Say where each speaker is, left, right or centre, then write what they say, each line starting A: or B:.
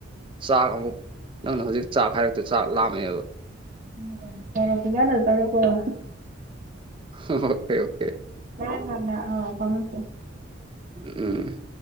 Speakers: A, on the right; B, on the right.
A: ꯆꯥꯛ ꯑꯃꯨꯛ ꯅꯪꯅ ꯍꯧꯖꯤꯛ ꯆꯥꯛ ꯍꯥꯏꯔꯛꯇ ꯆꯥꯛ ꯂꯥꯝꯃꯦꯕ
B: ꯎꯝ ꯐꯔꯦ ꯐꯖꯅ ꯆꯥꯔꫭꯀꫭ
A: ꯑꯣꯀꯦ ꯑꯣꯀꯦ
B: ꯍꫭꯔꯦꯟ ꯑꫭꯏꯅ ꯑꯥ ꯐꯥꯎꯅꯁꯦ
A: ꯎꯝ